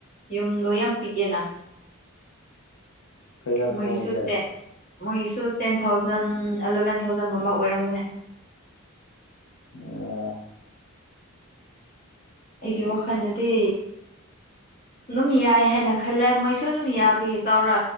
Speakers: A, on the left; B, on the left.
A: ꯌꯨꯝꯗꯣ ꯌꯥꯝ ꯄꯤꯛꯑꯦꯅ
B: ꯀꯌꯥꯒꯨꯝꯕ
A: ꯃꯣꯏꯒꯤꯁꯨ
B: ꯑꯣꯏꯒꯦ
A: ꯇꯦꯟ ꯃꯣꯏꯒꯤꯁꯨ ꯇꯦꯟ ꯊꯥꯎꯖꯟ ꯑꯦꯂꯦꯚꯦꯟ ꯊꯥꯎꯖꯟꯒꯨꯝꯕ ꯑꯣꯏꯔꯝꯒꯅꯦ
B: ꯑꯣ
A: ꯑꯩꯒꯤ ꯋꯥꯈꯜꯗꯗꯤ ꯑꯗꯨꯝ ꯌꯥꯏ ꯍꯥꯏꯅ ꯈꯜꯂꯦ ꯃꯣꯏꯁꯨ ꯑꯗꯨꯝ ꯌꯥꯕꯒꯤ ꯇꯧꯔ